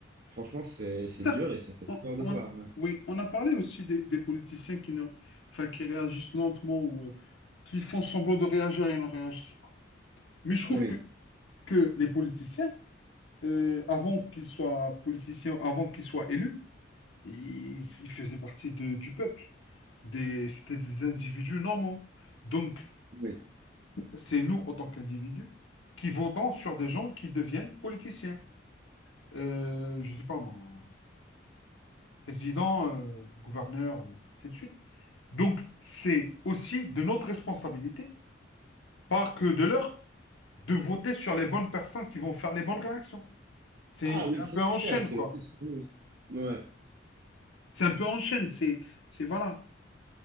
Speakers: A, on the right; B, on the left.
A: franchement, c'est, c'est
B: Certes,
A: dur et ça fait
B: on,
A: peur de
B: on-
A: voir. ouais.
B: oui, on a parlé aussi des, des politiciens qui ne, enfin, qui réagissent lentement ou euh, qui font semblant de réagir et ne réagissent pas. Mais je trouve
A: Oui,
B: que, que les politiciens, euh, avant qu'ils soient politiciens, avant qu'ils soient élus, ils, ils faisaient partie de- du peuple. Des, c'était des individus normaux. Donc,
A: oui.
B: c'est nous, en tant qu'individus, qui votons sur des gens qui deviennent politiciens. Euh, je sais pas moi. président, euh, gouverneur, euh, ainsi de suite. Donc, c'est aussi de notre responsabilité, pas que de leur, de voter sur les bonnes personnes qui vont faire les bonnes réactions. C'est
A: Ah oui,
B: c'est un
A: ça
B: peu
A: c'est
B: en chaîne,
A: clair, c'est
B: quoi.
A: aussi sur nous. Ouais.
B: C'est un peu en chaîne, c'est c'est- voilà.